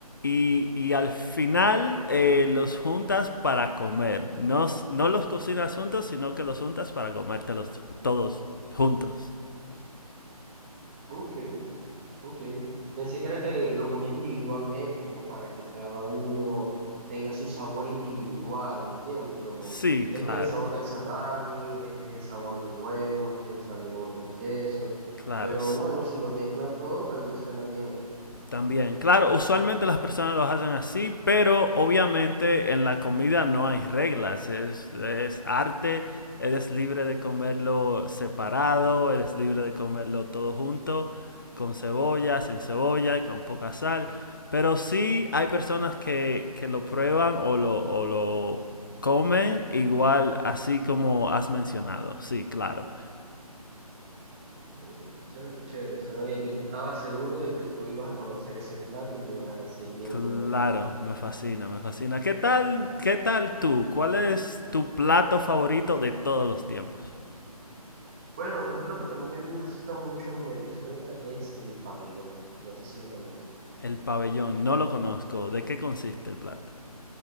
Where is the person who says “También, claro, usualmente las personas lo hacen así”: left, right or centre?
Left